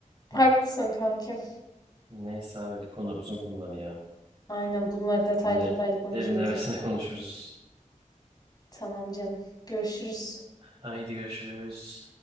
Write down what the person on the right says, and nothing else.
Hı.
Neyse abi bu konular uzun konular ya.
Yine
derinlemesine
<laughs> konuşuruz.
Haydi görüşürüz.